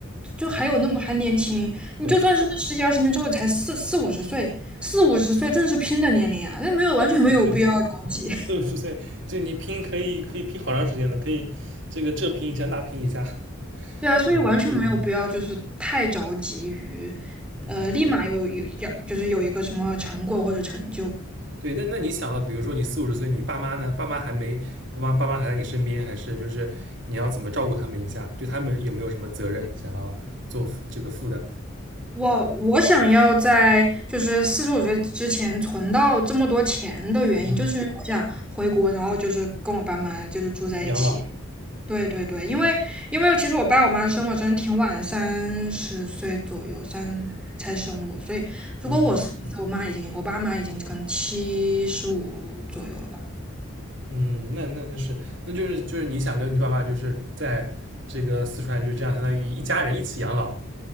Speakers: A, in the centre; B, on the right.
A: 就还有那么还年轻，你就算是十几二十年之后才四四五十岁，
B: 对
A: 四五十岁正是拼的年龄啊，那没有完全没有必要着急。
B: 嗯对，六十岁，这你拼可以可以拼好长时间的，可以这个这拼一下那拼一下。<laughs>
A: 对啊，所以完全没有必要就是太着急于，
B: 嗯嗯。
A: 呃，立马有有要就是有一个什么成果或者成就。
B: 对，那那你想到，比如说你四五十岁，你爸妈呢？爸妈还没，爸妈爸妈还在你身边，还是就是你要怎么照顾他们一下？对他们有没有什么责任想要做负这个负的？
A: 我我想要在就是四十五岁之前存到这么多钱的原因，
B: 嗯，
A: 就是因为我想回国，然后就是跟我爸妈就是住在一起。
B: 养老，
A: 对对对，因为因为其实我爸我妈生我真的挺晚的，三十岁左右三才生我，所以如果我四十岁，
B: 哦，
A: 我妈已经我爸妈已经跟七十五左右了吧。
B: 嗯，那那那是，那就是就是你想跟你爸妈就是在这个四川就这样，相当于一家人一起养老。